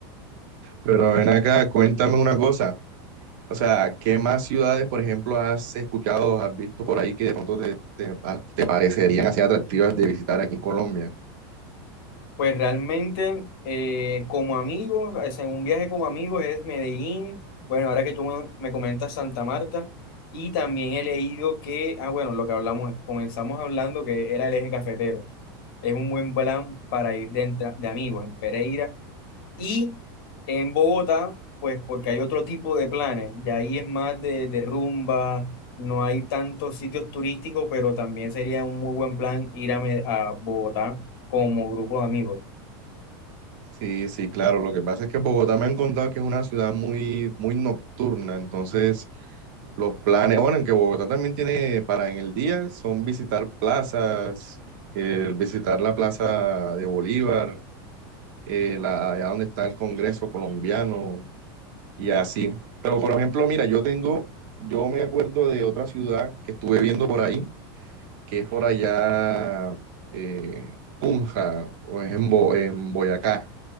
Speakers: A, on the right; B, on the left.
A: Pero ven acá, cuéntame una cosa. O sea, ¿qué más ciudades, por ejemplo, has escuchado, has visto por ahí que de pronto te, te, te parecerían así atractivas de visitar aquí en Colombia?
B: Pues realmente, eh, como amigos, o sea, en un viaje como amigos es Medellín, bueno, ahora que tú me me comentas Santa Marta, y también he leído que, ah, bueno, lo que hablamos, comenzamos hablando que era el eje cafetero. Es un buen plan para ir de, entra- de amigos en Pereira Y en Bogotá, pues porque hay otro tipo de planes, de ahí es más de, de rumba, no hay tantos sitios turísticos, pero también sería un muy buen plan ir a, Me- a Bogotá como grupo de amigos.
A: Sí, sí, claro. Lo que pasa es que Bogotá me han contado que es una ciudad muy, muy nocturna. Entonces, los planes, bueno, en que Bogotá también tiene para en el día, son visitar plazas, eh, visitar la Plaza de Bolívar, eh, la, allá donde está el Congreso colombiano y así. Pero, por ejemplo, mira, yo tengo, yo me acuerdo de otra ciudad que estuve viendo por ahí, que es por allá, eh, Tunja, o es en, Bo- en Boyacá